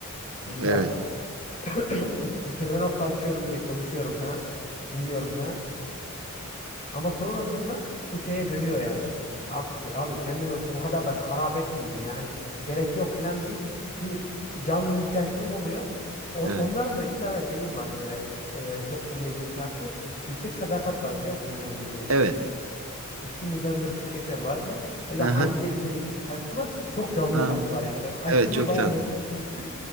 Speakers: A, on the left (about 30°); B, on the right (about 70°).
A: İşte mesela
B: Evet.
A: <clears throat> bir Sezen Aksu açıyorum bir konuşuyorum falan dinliyorum falan. Ama sonrasında bu şeye dönüyor yani. Artık ya abi kendimi bu kadar da harap etmeyeyim ya. Hani gerek yok falan deyip bir canlı müzik açtığım oluyor. O-
B: Evet.
A: Onlarda da iki tane şeyim var böyle e, çok dinlediğim şarkı. Yüksek Sadakat var biliyor musunuz hocam bir grup.
B: Evet.
A: Üstümüzden bir kuş geçer var bir. Bir de
B: Hı
A: Haydi
B: hı.
A: Gel İçelim şarkısı var. Çok canlı
B: Ha,
A: şarkılar yani. Böyle açtığımda
B: Evet çok
A: bayağı
B: tanıdım.
A: modum yükseltiyor.